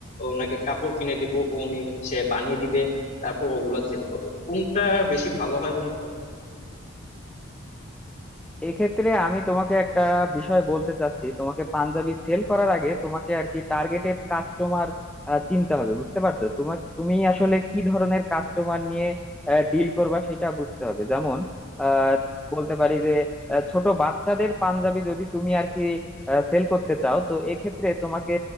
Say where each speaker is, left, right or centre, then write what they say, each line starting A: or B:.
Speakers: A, on the left; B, in the centre.
A: ওনাকে কাপড় কিনে দিব উনি হচ্ছে বানিয়ে দিবে তারপর ওগুলা সেল করবো কোনটা বেশি ভালো হয় বন্ধু
B: এক্ষেত্রে আমি তোমাকে একটা বিষয় বলতে চাচ্ছি তোমাকে পাঞ্জাবি সেল করার আগে তোমাকে আর কি টার্গেটেড কাস্টমার চিনতে হবে বুঝতে পারছো তোমাকে তুমি আসলে কি ধরনের কাস্টমার নিয়ে ডিল করবা সেটা বুঝতে হবে যেমন আহ, বলতে পারি যে আহ, ছোট বাচ্চাদের পাঞ্জাবি যদি তুমি আর কি সেল করতে চাও তো এক্ষেত্রে তোমাকে